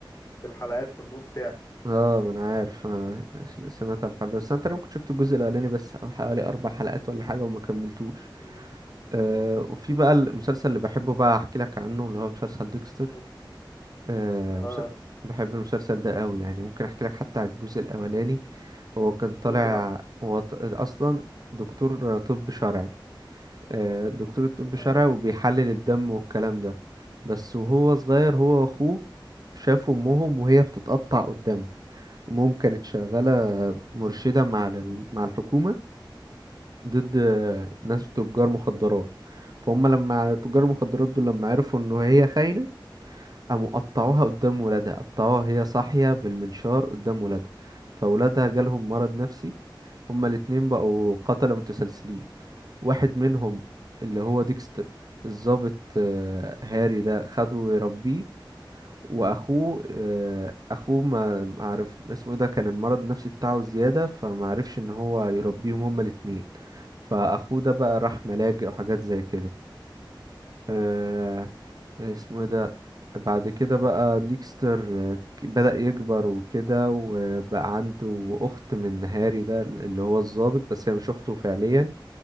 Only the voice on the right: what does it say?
اه ما انا عارف آه،
سمعت على الحوار ده بس انا تقريبا كنت شفت الجزء الاولاني بس او حوالي اربع حلقات ولا حاجه وما كملتوش
آه وفي بقى المسلسل اللي بحبه بقى احكي لك عنه اللي هو مسلسل ديكستر
آه
مس... بحب المسلسل ده قوي يعني ممكن احكي لك حتى على الجزء الاولاني هو كان طالع
هو ط- اصلا دكتور طب شرعي آه دكتور طب
شرعي وبيحلل الدم والكلام ده بس وهو صغير هو واخوه شافوا امهم وهي بتتقطع قدامه ومهم كانت شغالة مرشدة مع ال- مع الحكومة ضد ناس تجار مخدرات فهم لما تجار المخدرات دول لما عرفوا إن هي خاينة قاموا قطعوها قدام ولادها قطعوها هي صاحية بالمنشار قدام ولادها فولادها جالهم مرض نفسي هما الاتنين بقوا قتلة متسلسلين واحد منهم اللي هو ديكستر الضابط آه، هاري ده خده يربيه واخوه آه، اخوه ما ما عرف اسمه ده كان المرض النفسي بتاعه زيادة فما عرفش ان هو يربيهم هما الاتنين فاخوه ده بقى راح ملاجئ وحاجات زي كده آه، اسمه إيه ده بعد كده بقى ديكستر آه، ك- بدأ يكبر وكده وبقى عنده أخت من هاري ده اللي هو الضابط بس هي مش أخته فعليا